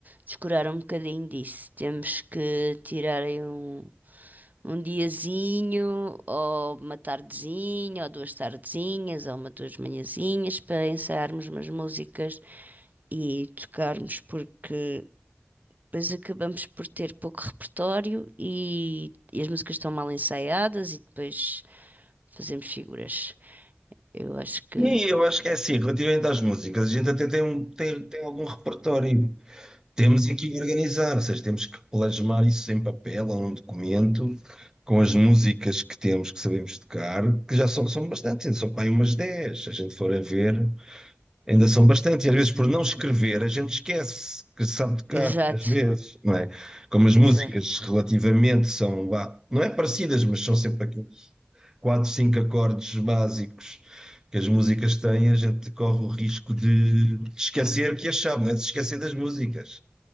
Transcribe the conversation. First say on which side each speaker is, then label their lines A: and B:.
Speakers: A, on the right; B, on the right.
A: descurar um bocadinho disso. Temos que tirar aí um. um diazinho, ou uma tardezinha, ou duas tardezinhas, ou uma duas manhãzinhas para ensaiarmos umas músicas e tocarmos, porque depois acabamos por ter pouco repertório e, e as músicas estão mal ensaiadas e depois fazemos figuras. Eu acho que.
B: E eu acho que é assim, relativamente às músicas, a gente até tem, um, tem, tem algum repertório. Temos aqui organizar, ou seja, temos que plasmar isso em papel ou num documento, com as músicas que temos, que sabemos tocar, que já são, são bastantes, ainda são para aí umas 10, se a gente for a ver, ainda são bastantes. E às vezes, por não escrever, a gente esquece que sabe tocar,
A: Exato,
B: às vezes, não é? Como as
A: exato,
B: músicas relativamente são, vá, não é parecidas, mas são sempre aqueles 4, 5 acordes básicos que as músicas têm, a gente corre o risco de esquecer que as sabe, não é? De se esquecer das músicas.